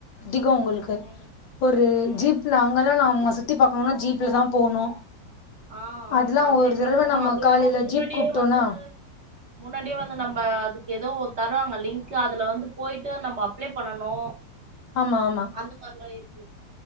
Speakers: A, on the left; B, on the right.
A: அதிகோ உங்கள்க்கு
B: ம்
A: ஒரு
B: ம்
A: ஜீப்ல அங்கெல்லா நம்ம சுத்தி பாக்கணுனா ஜீப்ல தா போணு
B: ஆ
A: அதெல்லா
B: ஆமா ஜீப்ல
A: ஒரு தடவ
B: போனோ
A: நம்ம
B: அது இல்லாம
A: காலைல
B: முன்னாடியே
A: ஜீப் கூப்ட்டோனா
B: வந்து முன்னாடியே வந்து நம்ம அதுக்கு ஏதோ தருவாங்க லிங்க்கு அதுல வந்து போயிட்டு நம்ம அப்ளை பண்ணணு
A: ஆமாமா
B: அந்த மார்லா இருக்கு